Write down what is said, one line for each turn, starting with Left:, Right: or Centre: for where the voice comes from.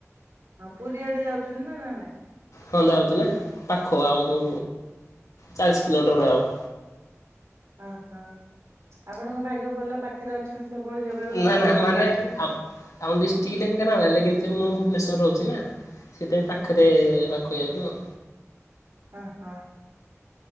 Right: ଆଉ ପୁରୀଆଡେ ଯାଉଛନ୍ତି ନା ନା ନାଇଁ।
Left: ହଁ ଯାଉଛି ନା ପାଖ ଆମକୁ ଚାଳିଶ କିଲୋମିଟର ଭଳିଆ ହବ।
Right: ଓହୋ ଆପଣଙ୍କ ଭାଗ୍ୟ ଭଲ ପାଖରେ ଅଛନ୍ତି ସବୁବେଲେ ଜାଗାକୁ
Left: ନା
Right: ଦର୍ଶନ
Left: ନା ମାନେ
Right: କରିପାରୁଥିବେ।
Left: ଆ ଆମ ଡିଷ୍ଟ୍ରିକ୍ ଢେଙ୍କାନାଳ ହେଲେ କିନ୍ତୁ ମୁଁ ଭୁବନେଶ୍ୱରରେ ରହୁଛି ନା। ସେଥି ପାଇଁ ପଖେରେ ପାଖ ହେଇଯାଉଥିବ।
Right: ଓହୋ।